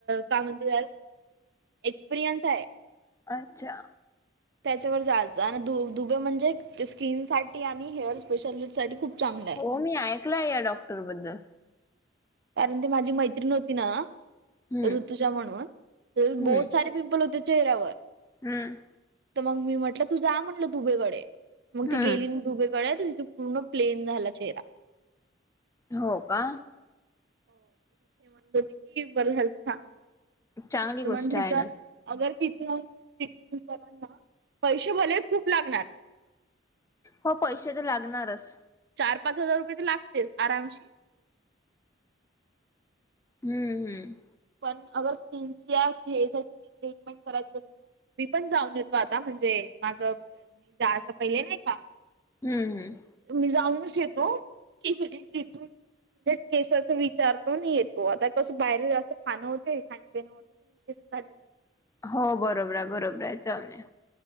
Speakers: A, on the right (about 60°); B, on the left (about 15°).
A: काय म्हणत त्याला एक्सपिरियन्स आहे
B: अच्छा
A: त्याच्यावर जायचं आणि दु दुबे म्हणजे स्किन साठी आणि हेअर स्पेशालिस्ट साठी खूप चांगली
B: हो मी ऐकलय या डॉक्टरबद्दल
A: कारण ते माझी मैत्रीण होती ना
B: हम्म
A: ऋतुच्या म्हणून ते पिंपल
B: हम्म
A: होत चेहरावर
B: हम्म
A: तर मग मी म्हटलं तू जा म्हटलं दुबेकडे मग
B: हम्म
A: ती गेली ना दुबेकडे तिथ पूर्ण प्लेन झाला चेहरा
B: हो का
A: <inaudible>
B: चांगली गोष्ट आहे ना.
A: अगर तिथ जाऊन ट्रीटमेंट करणा पैसे भले खूप लागणार
B: हो पैसे तर लागणारच
A: चार पाच हजार रुपये तर लागतेच आरामशी
B: हम्म हम्म
A: पण अगर स्किन ची किची ट्रीटमेंट करायची असेल ना मी पण जाऊन येतो आता म्हणजे माझ मी जा अशा पहिले नाही का
B: हम्म हम्
A: मी जाऊनच येतो की सगळी ट्रिटमेंट केसच विचारतो येतो आता कस बाहेर खाणं होते <inaudible> हो चाल
B: हो बरोबर आहे बरोबर आहे जाऊन या